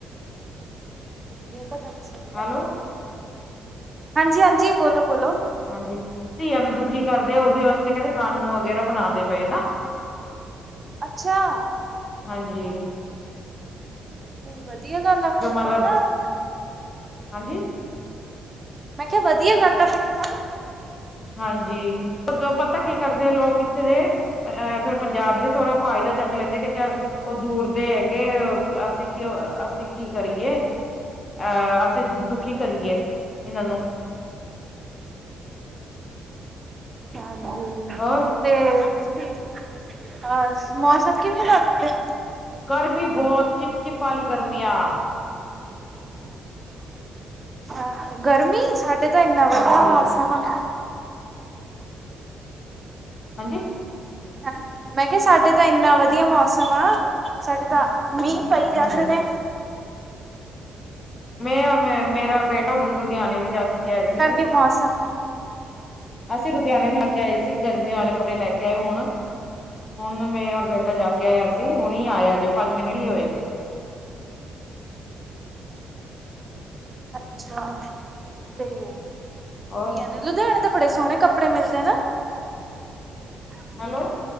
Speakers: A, on the right; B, on the left.
A: ਇਹ ਤਾਂ ਗੱਲ ਸਹੀ ਐ।
B: ਹੈਲੋ।
A: ਹਾਂਜੀ ਹਾਂਜੀ, ਬੋਲੋ ਬੋਲੋ।
B: ਹਾਂਜੀ, ਧੀਆਂ ਨੂੰ ਦੁਖੀ ਕਰਦੇ ਆ ਉਹਦੇ ਵਾਸਤੇ ਕਹਿੰਦੇ ਕਾਨੂੰਨ ਵਗੈਰਾ ਬਣਾਂਦੇ ਪਏ ਨਾ।
A: ਅੱਛਾ।
B: ਹਾਂਜੀ।
A: ਵਧੀਆ ਗੱਲ ਆ ਫੇਰ
B: ਜੋ ਮਤਲਬ
A: ਤਾਂ ਹੈਂ!
B: ਹਾਂਜੀ।
A: ਮੈਂ ਕਿਹਾ, ਵਧੀਆ ਗੱਲ ਆ ਫਿਰ ਤਾਂ।
B: ਹਾਂਜੀ! ਪਤ ਪਤਾ ਕੀ ਕਰਦੇ ਆ ਲੋਕ ਇੱਥੇ ਦੇ। ਪਰ ਇਹ, ਫਿਰ ਪੰਜਾਬ ਦੇ ਥੋੜਾ ਫਾਇਦਾ ਚੱਕ ਲੈਂਦੇ ਕਿ ਚੱਲ, ਉਹ ਦੂਰ ਦੇ ਹੈਗੇ ਕਿ, ਅਸੀਂ ਕਿੳ, ਅਸੀ ਕੀ ਕਰੀਏ। ਅਹ, ਅਸੀਂ ਦੁਖੀ ਕਰੀਏ ਇਹਨਾਂ ਨੂੰ।
A: ਹਾਂਜੀ।
B: ਹੋਰ।
A: ਤੇ ਤੁਸੀਂ, ਅਹ, ਮੌਸਮ ਕਿਵੇਂ ਦਾ ਤੁਹਾਡੇ?
B: ਗਰਮੀ ਬੋਅਤ, ਚਿਪ-ਚਿਪ ਵਾਲੀ ਗਰਮੀ ਆ।
A: ਅਹ, ਗਰਮੀ? ਸਾਡੇ ਤਾਂ ਇੰਨਾ ਵਧੀਆ
B: ਹਾਂਜੀ
A: ਮੌਸਮ ਆ।
B: ਹਾਂਜੀ?
A: ਹੈਂ ਮੈਂ ਕਿਹਾ, ਸਾਡੇ ਤਾਂ ਇੰਨਾ ਵਧੀਆ ਮੌਸਮ ਆ ਸਾਡੇ ਤਾਂ ਮੀਂਅ
B: ਹਾਂਜੀ
A: ਪਈ ਜਾਂਦੇ
B: ਹਾਂਜੀ
A: ਨੇ।
B: ਮੈਂ ਹੋਰ ਮੈਂ ਮੇਰਾ ਬੇਟਾ, ਹੁਣ ਲੁਧਿਆਣੇ ਵੀ ਜਾ ਕੇ ਆਏ ਸੀ।
A: ਕੇ ਮੌਸਮ ਕੇ
B: ਅਸੀਂ ਲੁਧਿਆਣੇ ਵੀ ਜਾ ਕੇ ਆਏ ਸੀ, ਗਰਮੀਆਂ ਵਾਲੇ ਕੱਪੜੇ ਲੈ ਕੇ ਆਏ ਹੁਣ। ਹੁਣ ਮੈਂ ਓਰ ਬੇਟਾ ਜਾ ਕੇ ਆਏ ਅਸੀਂ, ਹੁਣਿ ਆਏ ਅਜੇ ਪੰਜ ਮਿੰਟ ਈ ਹੋਏ।
A: ਅੱਛਾ! ਤੇ, ਕੀ
B: ਔਰ
A: ਕਿਹਂਦੇ? ਲੁਧਿਆਣੇ ਤਾ ਬੜੇ ਸੋਹਣੇ ਕੱਪੜੇ ਮਿਲਦੇ ਨਾ!
B: ਹੈਲੋ